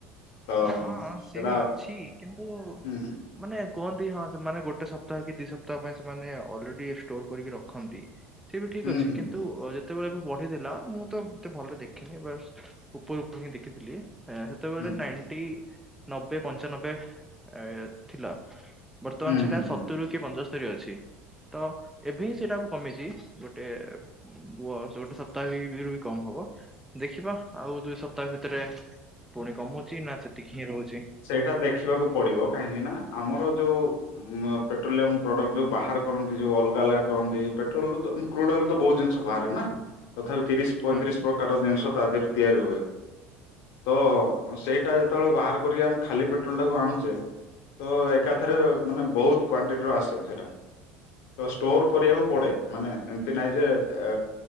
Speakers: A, on the left (about 55°); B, in the centre.
A: ତ
B: ହଁ
A: ସେଟା
B: ସେ ବି ଅଛି କିନ୍ତୁ
A: ହୁଁ ହୁଁ।
B: ମାନେ କୁହନ୍ତି, ହଁ ସେମାନେ ଗୋଟେ ସପ୍ତାହ କି ଦି ସପ୍ତାହ ପାଇଁ ସେମାନେ ଅଲରେଡି ଷ୍ଟୋର କରିକି ରଖନ୍ତି। ସିଏ ବି ଠିକ୍
A: ହୁଁ
B: ଅଛି,
A: ହୁଁ
B: କିନ୍ତୁ
A: ହୁଁ
B: ଯେତେବେଳେ ଏବେ ବଢିଥିଲା, ମୁଁ ତ ଏତେ ଆଉ ଭଲରେ ଦେଖିନି, ବାଷ୍ଟ ଉପର ଉପର ହିଁ ଦେଖିଥିଲି ସେତେବେଳେ
A: ହୁଁ। ହୁଁ ହୁଁ
B: ନାଇଣ୍ଟି, ନବେ ପଞ୍ଚାନବେ ଏ ଥିଲା। ବର୍ତ୍ତମାନ
A: ହୁଁ
B: ସେଟା
A: ହୁଁ ହୁଁ
B: ସତୁରୁ
A: ହୁଁ
B: କି ପଞ୍ଚସ୍ତରୀ ଅଛି। ତ ଏବେ ହିଁ ସେଇଟାକୁ କମିଛି, ଗୋଟେ ପୁଅ ଗୋଟେ ସପ୍ତାହରେ <unintelligible> ବି କମ ହବ, ଦେଖିବା ଆଉ ଦୁଇ ସପ୍ତାହ ଭିତ ତେରେ, ସେଥିରେ ପୁଣି କମୁଛି ନା, ସେତିକି ହିଁ ରହୁଛି?
A: ସେଟା ଦେଖିବାକୁ ପଡିବ, କାହିଁକିନା ଆମର ଯୋଉ ଉମ୍ ପେଟ୍ରୋଲିୟମ ପ୍ରଡକ୍ଟ ଯୋଉ ବାହାର କରନ୍ତି ଯୋଉ ଅଲଗା ଅଲଗା କରନ୍ତି, ପେଟ୍ରୋଲରୁ ତ କ୍ରୁଡଲ ତ ବହୁତ ଜିନିଷ ବାହାରେ ନା, ତଥାପି ତିରିଶ ପଇଁତିରିଶ
B: ହଁ ହଁ
A: ପ୍ରକାରର ଜିନିଷ ତା ଦେହରୁ ତିଆରି ହୁଏ। ତ ସେଇଟା ଯେତେବେଳେ ବାହାର କରିକି ଆମେ ଖାଲି ପେଟ୍ରୋଲଟାକୁ ଆଣୁଚେ ତ ଏକାଥରେ ମାନେ ବହୁତ କ୍ଵାଣ୍ଟିଟିର ଆସେ ସେଇଟା। ତ ଷ୍ଟୋର କରିବାକୁ ପଡେ,
B: ହଁ
A: ମାନେ ଏମତି ନାଇଁ ଯେ, ଏ